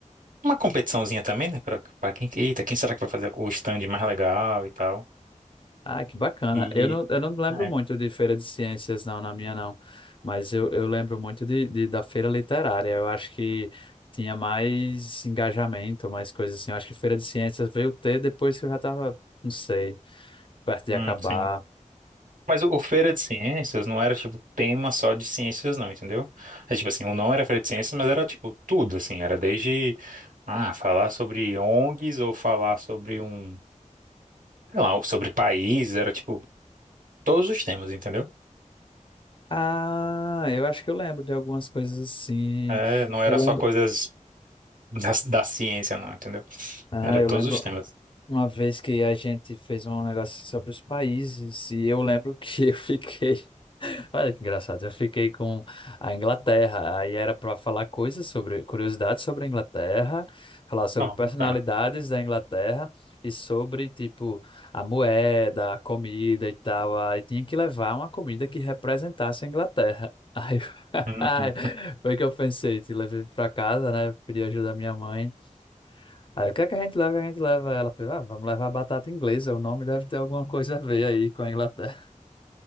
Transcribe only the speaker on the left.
Ah, que bacana.
Eu não, eu não lembro
muito de feira de ciências, não, na minha não. Mas eu, eu lembro muito de, de- da feira literária. Eu acho que tinha mais engajamento, mais coisas assim. Eu acho que feira de ciências veio ter depois que eu já estava, não sei, perto de
acabar.
Ah, eu acho que eu lembro de algumas coisas assim.
Eu lembro.
Ah,
eu
lembro.
Uma vez que a gente fez um negócio sobre os países, e eu lembro que eu fiquei. <laughs> Olha que engraçado, eu fiquei com a Inglaterra, aí era para falar coisas sobre, curiosidades sobre a Inglaterra, falar sobre
personalidades
da Inglaterra e sobre, tipo, a moeda, a comida e tal. Aí tinha que levar uma comida que representasse a Inglaterra. Aí <laughs>
foi que eu pensei, te levei para casa, né? Pedi ajuda à minha mãe. Aí o que é que a gente leva? A gente leva ela. Falei, ah, vamos levar batata inglesa. O nome deve ter alguma coisa a ver aí com a Inglaterra. <laughs>